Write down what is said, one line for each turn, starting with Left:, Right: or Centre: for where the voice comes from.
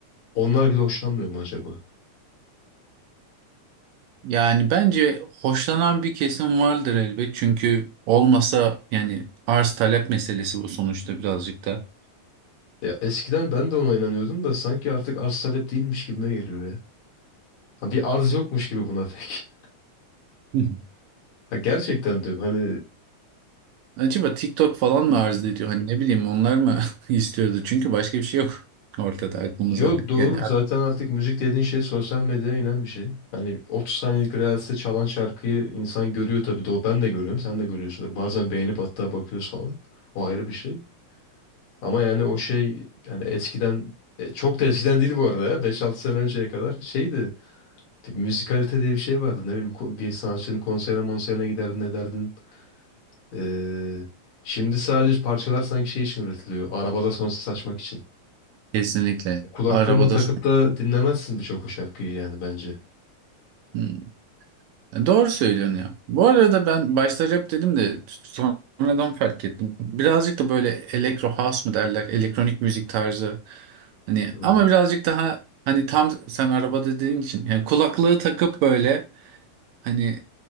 Left: onlar bile hoşlanmıyor mu acaba?
Right: yani bence hoşlanan bir kesim vardır elbet çünkü olmasa yani arz talep meselesi bu sonuçta birazcık da.
Left: Ya eskiden ben de ona inanıyordum da sanki artık arz talep değilmiş gibime geliyor ya. Ha, bir arz yokmuş gibi buna pek.
Right: <laughs> Hı.
Left: Ha, gerçekten diyorum. Hani
Right: Acaba TikTok falan
Left: Hı.
Right: mı arz ediyor? Hani ne bileyim onlar mı <laughs> istiyordu? Çünkü başka bir şey yok ortada aklımıza.
Left: yo doğru
Right: Yani
Left: zaten artık müzik dediğin şey sosyal medyaya inen bir şey. Hani 30 saniyelik Reels'te çalan şarkıyı insan görüyor tabii doğru. Ben de görüyorum, sen de görüyorsundur. Bazen beğenip hatta bakıyoruz falan. O ayrı bir şey. Ama yani o şey yani eskiden e, çok da eskiden değil bu arada ya. 5-6 sene önceye kadar şeydi. Bir müzikalite diye bir şey vardı. Ne bileyim ko- bir sanatçının konserine monserine giderdin ederdin. Ee, şimdi sadece parçalar sanki şey için üretiliyor. Arabada sonsuz açmak için.
Right: kesinlikle.
Left: Kulaklığını
Right: Arabada.
Left: takıp da dinlemezsin birçok o şarkıyı yani bence.
Right: Hmm. Doğru söylüyorsun ya. Bu arada ben başta rap dedim de sonradan fark ettim. Birazcık da böyle elektro house mı derler? Elektronik müzik tarzı. Hani
Left: Hmm,
Right: ama birazcık daha hani tam sen arabada dediğin için yani kulaklığı takıp böyle hani